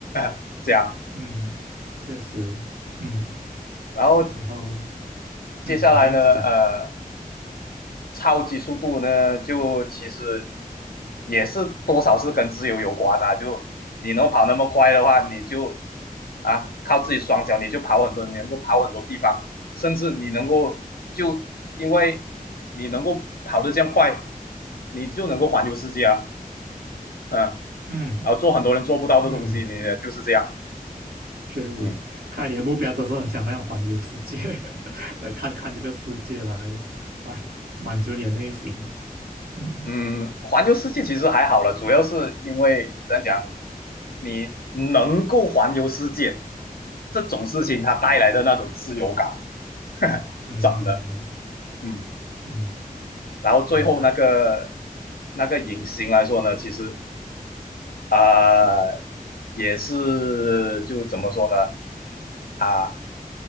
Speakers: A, on the left; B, on the right.
A: <laughs> 这样。
B: 嗯，确实，嗯，
A: 然后
B: 然后
A: 接下来呢，
B: 嗯，你继续讲，
A: 呃。超级速度呢，就其实也是多少是跟自由有关啊。就你能跑那么快的话，你就啊靠自己双脚，你就跑很多，你能够跑很多地方，甚至你能够就因为你能够跑得这样快，你就能够环游世界啊，嗯，
B: 嗯
A: 然后做很多人做不到的东西，
B: 嗯，
A: 你就是这样，
B: 确实，
A: 嗯。
B: 看来你的目标都是很想要环游世界，<laughs> 来看看这个世界来来满足你的内心，嗯。
A: 嗯，环游世界其实还好了，主要是因为怎样讲，你能够环游世界这种事情，它带来的那种自由感，<laughs> 呵呵真的，
B: 嗯嗯，
A: 嗯。
B: 嗯
A: 然后最后那个
B: 明白。
A: 那个隐形来说呢，其实啊、呃也是就怎么说呢啊、